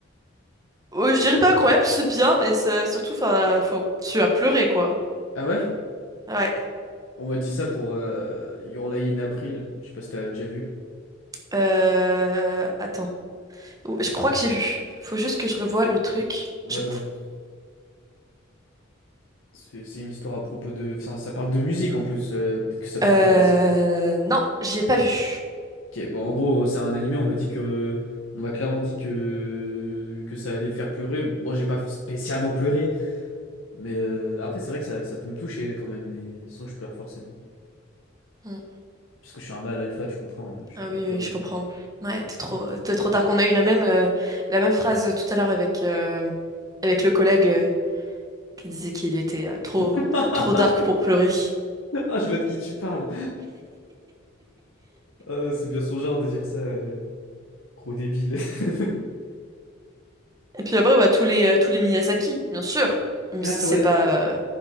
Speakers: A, on the right (about 20°); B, on the left (about 80°).
A: Oh, je dirais pas incroyable, c'est bien, mais ça- surtout, enfin, faut, tu as pleuré, quoi.
B: Ah ouais?
A: Ouais.
B: On m'a dit ça pour euh, Your Lie in April. Je sais pas si t'as déjà vu.
A: Euh, attends. Oh, Je crois que j'ai vu. Faut juste que je revoie le truc.
B: Ouais,
A: Je...
B: ouais. C'est c'est une histoire à propos de. Enfin, ça parle de musique en plus. euh, peut-être que ça peut
A: Euh,
B: t'intéresser.
A: non, j'ai pas vu.
B: Ok, bon, en gros, c'est un animé. On m'a dit que. On m'a clairement dit que. Que ça allait faire pleurer. Bon, j'ai pas spécialement pleuré. Mais euh, après, c'est vrai que ça, ça peut me toucher quand même. Mais sans que je pleure forcément.
A: Hmm.
B: Parce que je suis un mâle alpha, tu comprends. euh, Je
A: Ah
B: peux pas
A: oui,
B: pleurer.
A: oui, je comprends. Ouais, t'es trop, t'es trop dark. On a eu la même, euh, la même phrase tout à l'heure avec, euh, avec le collègue euh, qui disait qu'il était euh, trop,
B: <laughs>
A: trop dark pour pleurer.
B: Ah, je vois de qui tu parles. Ah, c'est bien son genre de dire ça. euh, Gros débile. <laughs>
A: Et puis après, bah, tous les, euh, tous les Miyazaki, bien sûr. Même
B: Ah
A: si c'est
B: ouais.
A: pas. euh,